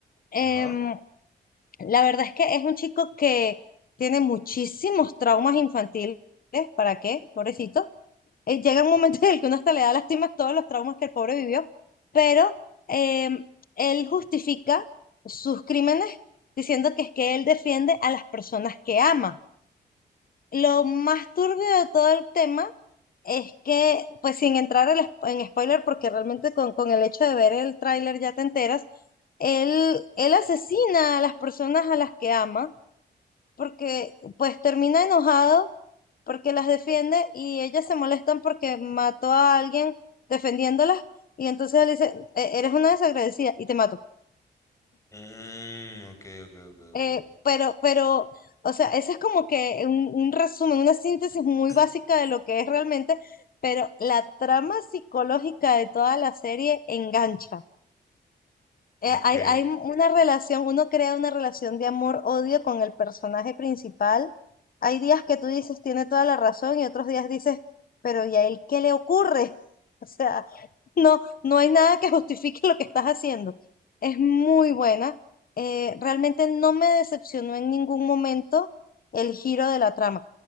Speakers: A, on the left; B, on the left.
A: Em,
B: ajá.
A: la verdad es que es un chico que tiene muchísimos traumas infantiles. ¿Para qué? Pobrecito eh, llega un momento en el que uno hasta le da lástima todos los traumas que el pobre vivió, pero eh, él justifica sus crímenes diciendo que es que él defiende a las personas que ama. Lo más turbio de todo el tema es que, pues sin entrar al spo- en spoiler, porque realmente con, con el hecho de ver el tráiler ya te enteras, él, él asesina a las personas a las que ama, porque pues termina enojado porque las defiende y ellas se molestan porque mató a alguien defendiéndolas y entonces él dice, "E- eres una desagradecida y te mato.
B: Mm, ok, ok, ok, ok.
A: Eh,
B: ok.
A: pero, pero, o sea, ese es como que un, un resumen, una síntesis muy
B: <clears throat>
A: básica de lo que es realmente, pero la trama psicológica de toda la serie engancha. eh,
B: Ok.
A: hay, hay una relación, uno crea una relación de amor-odio con el personaje principal. Hay días que tú dices, tiene toda la razón, y otros días dices, pero ¿y a él qué le ocurre? <laughs> O sea, no, no hay nada que justifique lo que estás haciendo. Es muy buena. Eh, realmente no me decepcionó en ningún momento el giro de la trama.